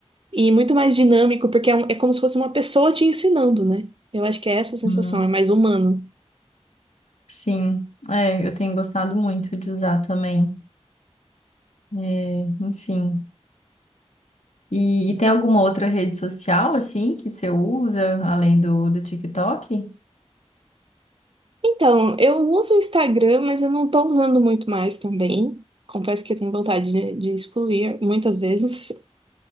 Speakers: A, on the right; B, on the left.
A: e muito mais dinâmico, porque é, um- é como se fosse uma pessoa te ensinando, né? Eu acho que é essa a sensação,
B: Hum,
A: é mais humano.
B: Sim. É, eu tenho gostado muito de usar também. É, enfim. E, e tem alguma outra rede social, assim, que você usa, além do, do TikTok?
A: Então, eu uso o Instagram, mas eu não estou usando muito mais também. Confesso que eu tenho vontade de, de excluir muitas vezes.